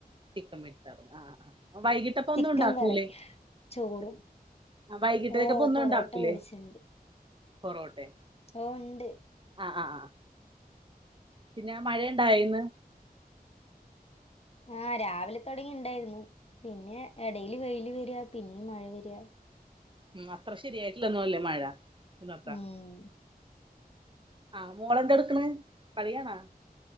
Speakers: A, on the right; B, on the left.
A: ചിക്കൻ പൊരിച്ചതും ആഹ് ആഹ് വൈകിട്ടപ്പോന്നും
B: ചിക്കൻ
A: ഉണ്ടാക്കൂലെ
B: കറി ചോറും
A: ആ വൈകിട്ടേക്ക്
B: ഓ
A: പ്പൊന്നും
B: പൊറോട്ട
A: ണ്ടാക്കുലേ
B: മേടിച്ചിണ്ട്
A: പൊറോട്ടെ
B: ഓ ഉണ്ട്
A: ആഹ് ആഹ് ആഹ് പിന്നെ മഴയണ്ടായിന്ന്?
B: ആഹ് രാവിലെ തൊടങ്ങി ഇണ്ടാര്ന്നു പിന്നെ എടേൽ വെയില് വര പിന്നിം മഴ വര.
A: ഉം അത്ര ശരിയായിട്ടില്ലൊന്നും അല്ലേ മഴ <unintelligible>
B: ഉം
A: ആഹ് മോളെന്തെടുക്ക്ണേ കളിയാണാ?